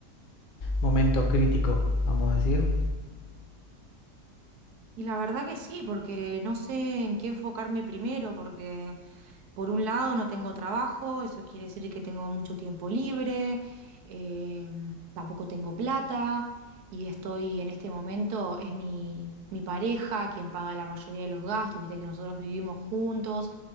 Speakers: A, on the left (about 50°); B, on the right (about 70°).
A: momento crítico, vamos a decir.
B: Y la verdad que sí, porque no sé en qué enfocarme primero, porque por un lado no tengo trabajo, eso quiere decir que tengo mucho tiempo libre, em, tampoco tengo plata y estoy en este momento, es mi, mi pareja quien paga la mayoría de los gastos, viste que nosotros vivimos juntos